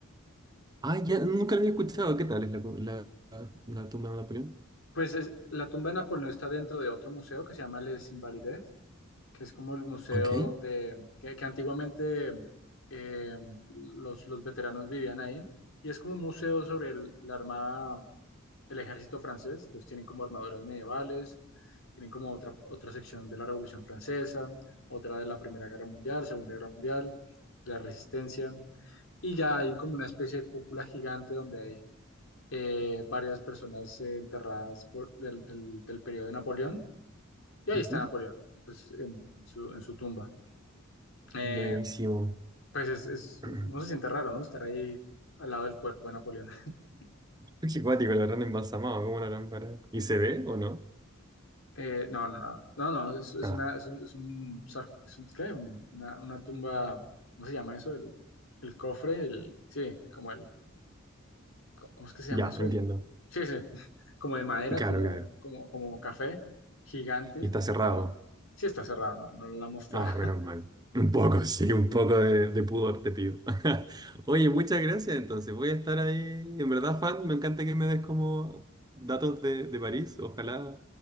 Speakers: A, on the right; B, on the left.
A: Ah, ya, nunca lo había escuchado. ¿Qué tal es la, cu- la, la, la tumba de Napoleón?
B: Pues es- la tumba de Napoleón está dentro de otro museo que se llama Les Invalides, que es como el museo
A: Ok.
B: donde, que, que antiguamente eh, los, los veteranos vivían ahí. Y es como un museo sobre el- la armada, el ejército francés. Entonces tienen como armaduras medievales, tienen como otra, otra sección de la Revolución Francesa, otra de la Primera Guerra Mundial, Segunda Guerra Mundial, de la Resistencia. Y ya hay como una especie de cúpula gigante donde hay eh, varias personas eh, enterradas por- del, del- del periodo de Napoleón, y ahí
A: Ujú.
B: está Napoleón, pues en, en su, en su tumba. Eh,
A: Buenísimo.
B: pues es, es- no
A: <clears throat>
B: se siente raro, ¿no? Estar ahí al lado del cuerpo de Napoleón. <laughs>
A: Qué cuático, la habrán embalsamado, ¿cómo la harán para? ¿Y se ve o no?
B: Eh, no, no, no, no, no, es, es
A: Ah,
B: una, es un, es un, sar- es un- ¿qué? Un- Una, una tumba, ¿cómo se llama eso? El, el cofre, el, sí, como el, ¿cómo cómo es que se llama
A: ya,
B: eso?
A: entiendo.
B: El, sí, sí, <laughs> como de madera,
A: Claro,
B: como,
A: claro.
B: como, como café, gigante,
A: Y está cerrado.
B: pero sí está cerrado, no, no lo la mostrar.
A: Ah,
B: <laughs>
A: menos mal. Un poco, sí, un poco de, de pudor te pido. <laughs> Oye, muchas gracias. Entonces, voy a estar ahí. En verdad, fan, me encanta que me des como datos de, de París. Ojalá